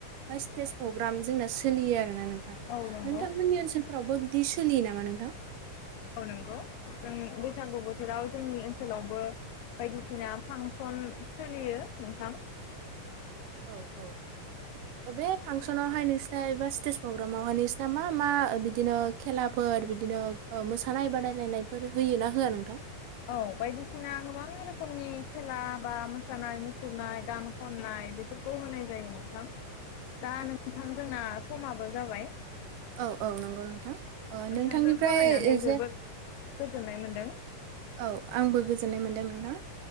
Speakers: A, on the right; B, on the left.
A: बा स्टेज प्रग्राम जोंना सोलियो आरोना नों नोंथां
B: औ नंगौ
A: नोंथांमोननि ओनसोलफोरावबो बिदि सोलियो नामा नोंथां?
B: औ नंगौ जों बैसागु बोथोराव जोंनि ओनसोलावबो बायदिसिना फांसन सोलियो नोंथां।
A: औ औ बे फांसनावहाय नोंसिना एबा स्टेज प्रग्रामावहाय नोंसना मा मा बिदिनो खेलाफोर बिदि नों ओ मोसानाय बादायलायनायफोर होयो ना होआ नोंथां?
B: औ बायदिसिना गोबां रोखोमनि खेला बा मोसानाय मुसुरनाय गान खननाय नाय बेफोरखौ होनाय जायो नोंथां दा नोंथां जोंना समाबो जाबाय।
A: औ औ नंगौ नोंथां ओ
B: नोंथांजों
A: नोंथांनिफ्राय
B: सावरायनानै जोबोद
A: जे
B: गोजोननाय मोन्दों।
A: औ आंबो गोजोननाय मोन्दों नोंथां।